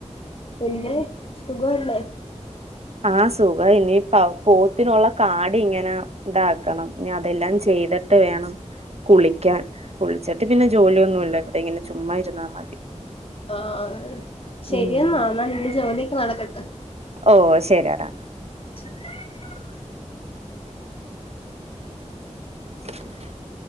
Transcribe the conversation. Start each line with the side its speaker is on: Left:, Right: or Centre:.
Left: പിന്നെ, സുഖവല്ലേ
Right: ആ സുഖ ഇനിയിപ്പ പോത്തിനുള്ള കാടിയിങ്ങനെ താക്കണം. ന്നി അതെല്ലാം ചെയ്തിട്ട് വേണം കുളിക്കാൻ. കുളിച്ചിട്ട് പിന്നെ ജോലിയൊന്നുമില്ല. ഇവിടെ ഇങ്ങനെ ചുമ്മാ ഇരുന്നാ മതി
Left: ആഹ്. ശരിയെന്നാ
Right: ഉം
Left: എന്നാ നിന്റെ ജോലിയൊക്കെ നടക്കട്ടെ
Right: ഓ ശരിയടാ
Left: <inaudible>
Right: <inaudible>